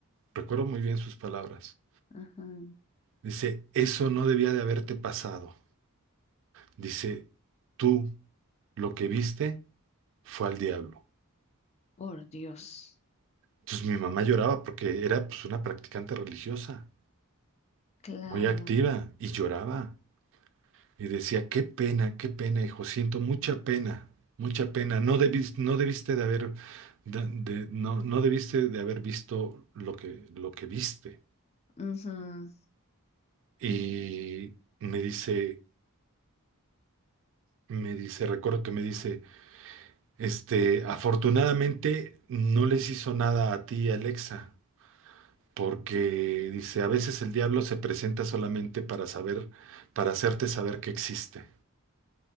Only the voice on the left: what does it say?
Ujú.
Por Dios.
Claro.
Ujú.